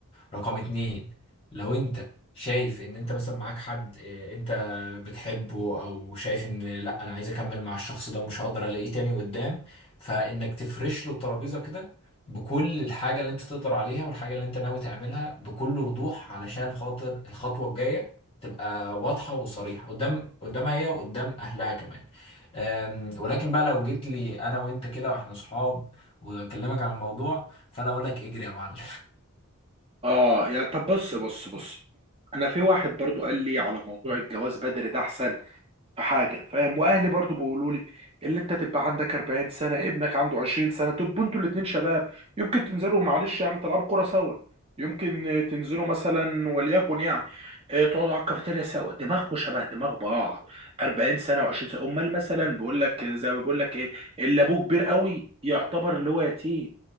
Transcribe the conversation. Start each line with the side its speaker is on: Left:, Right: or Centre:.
Left: رقم اتنين لو انت شايف ان انت مثلا معاك حد اه، انت بتحبه او شايف ان لا انا عايز اكمل مع الشخص ده ومش هقدر الاقيه تاني قدام فانك تفرش له الترابيزة كده بكل الحاجة اللي انت تقدر عليها والحاجة اللي انت ناوي تعملها بكل وضوح علشان خاطر الخطوة الجاية تبقى واضحة وصريحة قدام قدامها هي وقدام اهلها كمان أم، ولكن بقى لو جيت لي انا وانت كده واحنا صحاب واكلمك عن الموضوع فانا اقول لك اجري يا معلم
Right: اه يا طب بص بص بص انا في واحد برضو قال لي على موضوع الجواز بدري ده احسن في حاجه فاهم واهلي برضو بيقولوا لي اللي انت تبقى عندك 40 سنه ابنك عنده 20 سنه تبقوا انتوا الاتنين شباب يمكن تنزلوا معلش يعني تلعبوا كوره سوا يمكن آه، تنزلوا مثلا وليكن يعني آه، تقعدوا على الكافيتيريا سوا دماغكم شبه دماغ بعض 40 سنه و20 سنه امال مثلا بيقول لك زي ما بقول لك ايه اللي ابوه كبير قوي يعتبر اللي هو يتيم